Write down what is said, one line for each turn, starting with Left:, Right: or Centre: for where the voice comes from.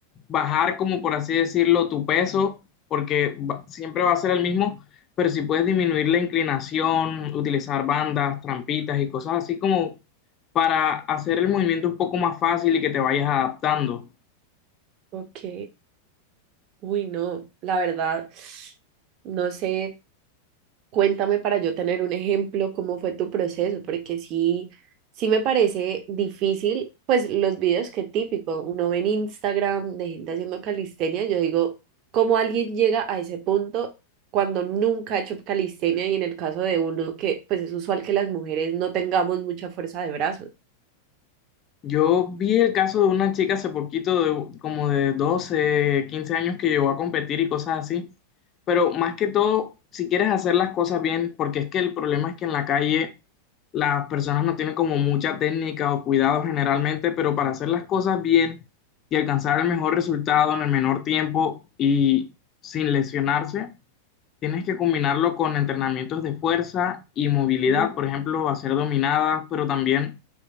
Left: bajar, como por así decirlo, tu peso, porque va- siempre va a ser el mismo, pero si puedes disminuir la inclinación, utilizar bandas, trampitas y cosas así como para hacer el movimiento un poco más fácil y que te vayas adaptando.
Right: Ok, uy, no, la verdad, no sé. Cuéntame para yo tener un ejemplo, cómo fue tu proceso, porque sí, sí me parece difícil, pues los videos que típico, uno ve en Instagram de gente haciendo calistenia, yo digo, ¿cómo alguien llega a ese punto cuando nunca ha hecho calistenia y en el caso de uno que pues es usual que las mujeres no tengamos mucha fuerza de brazos?
Left: Yo vi el caso de una chica hace poquito, de, como de 12 15 años, que llegó a competir y cosas así. Pero más que todo, si quieres hacer las cosas bien, porque es que el problema es que en la calle las personas no tienen como mucha técnica o cuidado generalmente, pero para hacer las cosas bien y alcanzar el mejor resultado en el menor tiempo y sin lesionarse, Tienes que combinarlo con entrenamientos de fuerza y movilidad,
Right: Mm,
Left: por ejemplo, hacer dominadas, pero también